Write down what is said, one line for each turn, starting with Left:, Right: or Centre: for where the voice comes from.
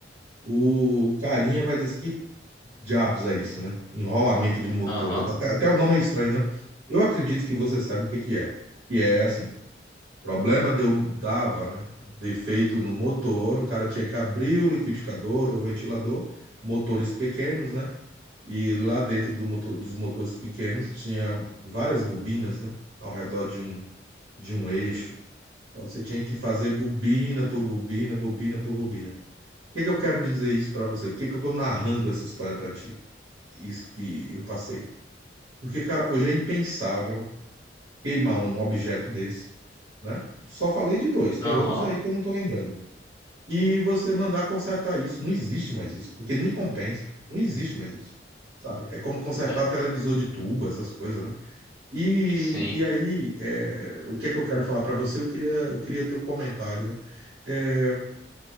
Right: o carinha vai dizer assim, que diabos é isso, né? Enrolamento de motor,
Left: aham,
Right: até, até o nome é estranho, né? Eu acredito que você sabe o que que é, que é assim, problema deu, dava, né? Defeito no motor, o cara tinha que abrir o liquidificador ou ventilador, motores pequenos, né? E lá dentro do motor, dos motores pequenos tinha várias bobinas, né? Ao redor de um, de um eixo então, Você tinha que fazer bobina por bobina, bobina por bobina. O que é que eu quero dizer isso pra você? Por que que eu tô narrando essa história pra ti? Isso que eu passei. Porque, cara, hoje é impensável queimar um objeto desse, né? Só falei de dois, tem
Left: aham,
Right: outros aí que eu não tô lembrando. E você mandar consertar isso, não existe mais isso, porque nem compensa. Não existe mais isso. Sabe? É como consertar
Left: é,
Right: televisor de tubo, essas coisas, né? E,
Left: sim,
Right: e aí, é, o que é que eu quero falar pra você? Eu queria, eu queria teu comentário, né? É,